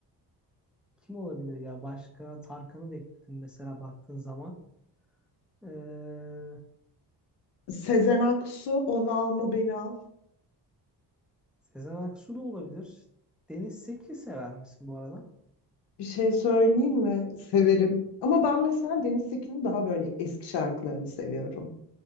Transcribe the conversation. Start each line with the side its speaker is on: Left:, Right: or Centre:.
Centre: kim olabilir ya? Başka Tarkan'ı da ekledim mesela baktığın zaman. Ee,
Left: Sezen Aksu Onu Alma Beni Al.
Centre: Sezen Aksu da olabilir. Deniz Seki sever misin bu arada?
Left: Bir şey söyleyeyim mi? Severim. Ama ben mesela Deniz Tekin'in daha böyle eski şarkılarını seviyorum.